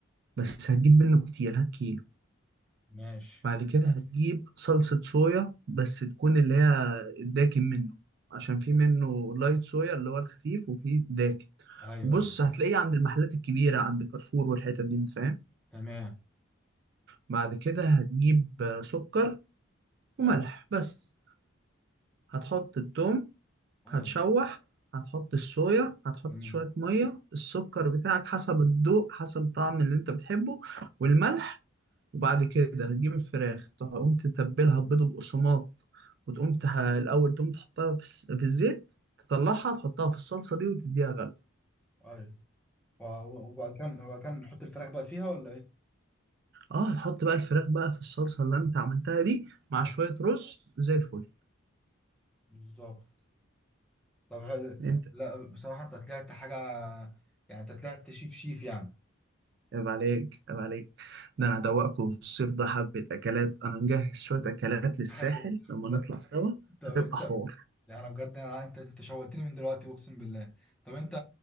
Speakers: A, on the right; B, in the centre.
A: بس هتجيب منه كتير هات كيلو
B: ماشي
A: بعد كده هتجيب صلصة صويا بس تكون اللي هي الداكن منه عشان في منه لايت صويا اللي هو الخفيف وفي داكن
B: ايوه
A: وبص
B: ايوه
A: هتلاقيه عند المحلات الكبيرة عند كارفور والحتت دي انت فاهم
B: تمام
A: بعد كده هتجيب سكر وملح
B: ايوه
A: بس هتحط التوم
B: ايوه
A: هتشوح هتحط الصويا هتحط
B: تمام
A: شوية مية السكر بتاعك حسب الذوق حسب الطعم اللي انت بتحبه والملح وبعد كده هتجيب الفراخ تقوم تتبلها بيض وبقسماط وتقوم تح... الأول تقوم تحطها في, الس... في الزيت تطلعها تحطها في الصلصة دي وتديها غلو
B: ايوه و- و- وبعد كده وبعد كده نحط الفراخ بقى فيها ولا ايه؟
A: اه هتحط بقى الفراخ بقى في الصلصة اللي انت عملتها دي مع
B: ايوه
A: شوية رز زي الفل
B: بالظبط طب حلو.
A: انت
B: لا بصراحة انت طلعت حاجة يعني انت طلعت شيف شيف يعني
A: عيب عليك عيب عليك ده انا هدوقكم الصيف ده حبة اكلات انا مجهز شوية اكلات للساحل
B: ايوه
A: لما
B: طب
A: نطلع سوا
B: طب
A: هتبقى
B: انت
A: حوار
B: ده انا بجد انا انت انت شوقتني من دلوقتي اقسم بالله طب انت